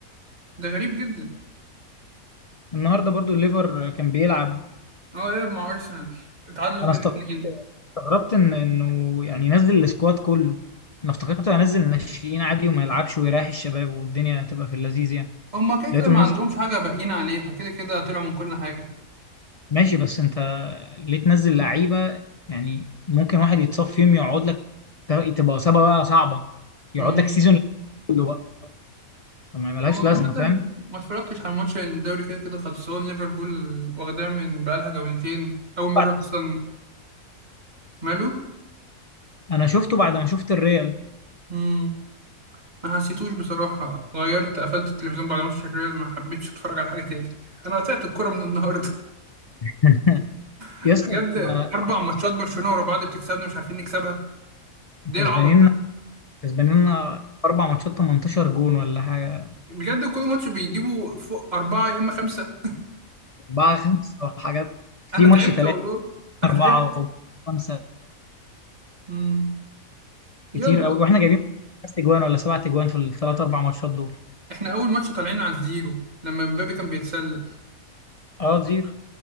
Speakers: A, on the right; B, on the left.
A: ده غريب جدا
B: النهارده برضو الليفر كان بيلعب
A: اه يلعب مع ارسنال اتعادلوا 2-2
B: انا استغ- استغربت ان انه يعني ينزل السكواد كله انا افتكرته هينزل الناشئين عادي وما يلعبش ويريح الشباب والدنيا تبقى في اللذيذ يعني
A: هما كده كده
B: لقيته
A: ما
B: منزل
A: عندهمش حاجه باقيين عليها كده كده طلعوا من كل حاجه
B: ماشي بس انت ليه تنزل لعيبه يعني ممكن واحد يتصاب فيهم يقعد لك ت- تبقى اصابه بقى صعبه يقعد
A: مم.
B: لك سيزون كله بقى ما ملهاش
A: هو
B: لازمه
A: عامه
B: فاهم
A: ما اتفرجتش على الماتش لان الدوري كده كده خلصان ليفربول واخداه من بقالها جولتين اول مره
B: بعد
A: اصلا ماله
B: انا شفته بعد ما شفت الريال
A: مم. ما حسيتوش بصراحه غيرت قفلت التلفزيون بعد ماتش الريال ما حبيتش اتفرج على حاجه تاني انا قطعت الكوره من النهارده
B: <laughs>
A: <laughs>
B: يا اسطى
A: بجد
B: ما
A: اربع
B: عملتش
A: ماتشات
B: كده.
A: برشلونه ورا بعض بتكسبنا مش عارفين نكسبها دي
B: كسبانين
A: العبط
B: كسبان لنا أربع ماتشات 18 جون ولا حاجة
A: بجد كل ماتش بيجيبوا فوق أربعة يا إما خمسة
B: أربعة خمسة وحاجات في
A: أنا
B: ماتش
A: تعبت
B: تلاتة
A: والله أنا
B: أربعة
A: تعبت
B: وخمسة
A: مم. يلا
B: كتير أوي وإحنا جايبين خمس أجوان ولا سبعة أجوان في الثلاث أربع ماتشات دول
A: إحنا أول ماتش طالعين على الزيرو لما مبابي كان بيتسلل
B: أه زيرو